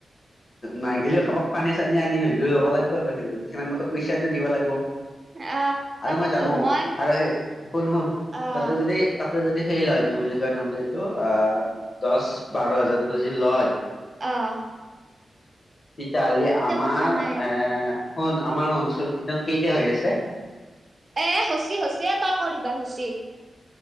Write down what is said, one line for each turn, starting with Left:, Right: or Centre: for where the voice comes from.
Left: নাই গেলি কাৰোবাক পানী চানী আনি হলেও হ'ব লাগিব আৰু সেই সিমান মতে পইচাটো দিব লাগিব।
Right: আহ
Left: আৰু
Right: তাকাতোন
Left: মই জানো
Right: মই
Left: আৰু স শুন শুন
Right: আহ
Left: তাহত যদি তাতে যদি সেই লয় কি বুলি কয় নামটো এইটো অ দহ বাৰ হাজাৰ যদি লয়।
Right: আহ
Left: তেতিয়াহলে
Right: তেতিয়া
Left: আমাৰ
Right: কথা নাই
Left: এ আমাৰ অঞ্চল ই কেইটা হৈ আছে।
Right: এ হৈচি হৈচিয়ে তই কৰিবাৰ হৈচি।